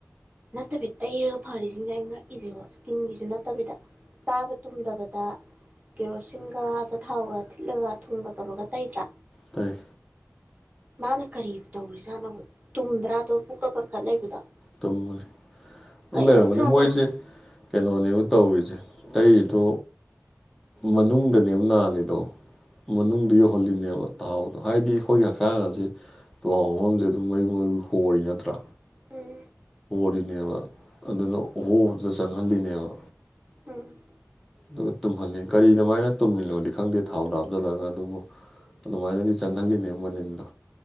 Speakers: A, on the right; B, in the centre.
A: ꯅꯠꯇꯕꯤ ꯇꯩꯔꯒ ꯐꯔꯤꯖꯤꯡꯖꯦ ꯑꯩꯩꯅ ꯉꯛꯏꯖꯦꯀꯣ ꯏꯁꯀꯤꯟꯒꯤꯁꯨ ꯅꯠꯇꯕꯤꯗ ꯆꯥꯕ ꯇꯨꯝꯗꯕꯗ ꯀꯦꯔꯣꯁꯤꯟꯒ ꯑꯆꯥꯊꯥꯎꯒ ꯊꯤꯠꯂꯒ ꯊꯨꯝꯒ ꯇꯧꯔꯒ ꯇꯩꯗ꯭ꯔꯥ
B: ꯇꯩ
A: ꯃꯥꯅ ꯀꯔꯤ ꯇꯧꯔꯤꯖꯠꯅꯣꯕ ꯇꯨꯝꯗ ꯄꯨꯛꯀ ꯀꯟꯈꯠ ꯂꯩꯕꯗ
B: ꯇꯨꯝꯕꯅꯤ ꯂꯩꯔꯝꯒꯅꯤ
A: ꯀꯩꯗꯧ ꯖꯠꯅꯣꯕ
B: ꯃꯣꯏꯁꯦ ꯀꯩꯅꯣꯅꯦꯕ ꯇꯧꯔꯤꯖꯦ ꯇꯩꯔꯤꯗꯣ ꯃꯅꯨꯡꯗꯅꯦꯕ ꯅꯥꯜꯂꯤꯗꯣ ꯃꯅꯨꯡꯗꯣ
A: ꯎꯝ
B: ꯌꯧꯍꯜꯂꯤꯅꯦꯕ ꯇꯥꯎꯗꯣ ꯍꯥꯏꯗꯤ ꯑꯈꯣꯏꯒꯤ ꯍꯛꯆꯥꯡꯑꯖꯦ ꯇꯨꯍꯥꯎ ꯍꯧꯕꯝꯖꯦ ꯑꯗꯨꯝ ꯃꯌꯨ ꯃꯌꯨ ꯍꯣꯔꯤ ꯅꯠꯇ꯭ꯔꯥ
A: ꯎꯝ
B: ꯔꯤꯅꯦꯕ ꯑꯗꯨꯅ ꯑꯣꯍꯣꯕꯗꯨ ꯆꯪꯍꯜꯂꯤꯅꯦꯕ
A: ꯎꯝ
B: ꯗꯨꯒ ꯇꯨꯝꯍꯜꯂꯤ ꯀꯔꯤ ꯗꯨꯃꯥꯏꯅ ꯇꯨꯝꯃꯤꯅꯣꯗꯤ ꯈꯪꯗꯦ ꯊꯥꯎꯗꯣ ꯍꯥꯞꯆꯟꯂꯒ ꯑꯗꯨꯕꯨ ꯑꯗꯨꯃꯥꯏꯅꯗꯤ ꯆꯪꯍꯜꯂꯤꯅꯦ ꯃꯅꯤꯟꯗꯣ